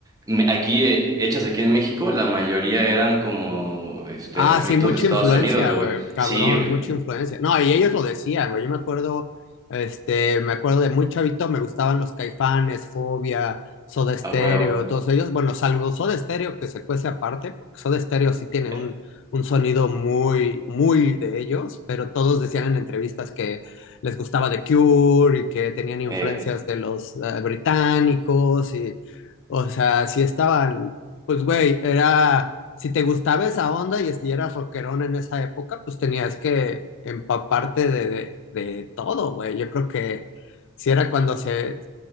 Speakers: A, on the right; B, on the left.
A: me- aquí, eh, hechas aquí en México, la mayoría eran como, este,
B: Ah,
A: refritos
B: sí, mucha
A: de Estados
B: influencia,
A: Unidos,
B: güey,
A: güey.
B: cabrón,
A: Sí, güey,
B: mucha influencia. No, y ellos lo decían, güey, yo me acuerdo, este, me acuerdo de muy chavito, me gustaban los Caifanes, Fobia, Soda Stereo,
A: a huevo.
B: todos ellos, bueno, salvo Soda Stereo que se cuece aparte, porque Soda Stereo sí tiene
A: Eh,
B: un, un sonido muy, muy de ellos, pero todos decían en entrevistas que les gustaba The Cure y que tenían influencias
A: eh,
B: de los eh, británicos y, o sea, sí estaban, pues, güey, era si te gustaba esa onda y si eras rockerón en esa época, pues tenías que empaparte de, de, de todo, güey. Yo creo que si era cuando se,